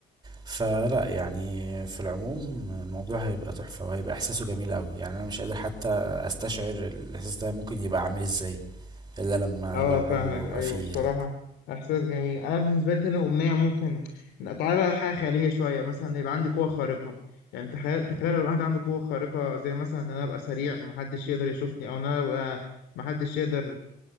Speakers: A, on the right; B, on the left.
A: فلا يعني في العموم الموضوع هيبقى تحفة وهيبقى احساسه جميل اوي يعني انا مش قادر حتى استشعر الاحساس ده ممكن يبقى عامل ازاي الا لما
B: اه
A: اجربه فاهمك
B: فاهمك
A: وابقى
B: ايوه
A: فيه
B: بصراحة
A: يعني
B: احساس جميل انا بالنسبة لي تاني امنية ممكن تعالى بقى حاجة خيالية شوية مثلا يبقى عندي قوة خارقة يعني تخيل تخيل لو واحد عنده قوة خارقة زي مثلا ان انا ابقى سريع محدش يقدر يشوفني او ان انا ابقى محدش يقدر